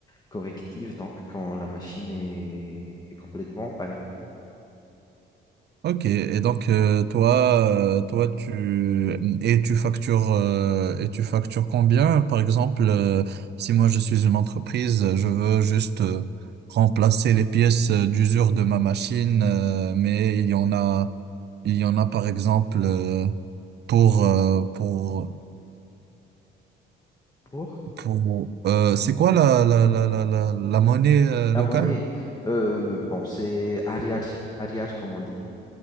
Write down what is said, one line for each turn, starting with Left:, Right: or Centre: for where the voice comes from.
Left: corrective, donc quand la machine est, est complètement en panne.
Right: Ok, et donc euh, toi, euh, toi tu et tu factures euh, et tu factures combien? Par exemple, euh, si moi je suis une entreprise, euh, je veux juste euh, remplacer les pièces euh, d'usure de ma machine, euh, mais il y en a, il y en a par exemple euh, pour euh, pour
Left: Pour
Right: Pour, euh, c'est quoi la, la, la, la, la, la monnaie euh,
Left: la
Right: locale?
Left: monnaie, euh, bon, c'est arrière, arrière, comme on dit.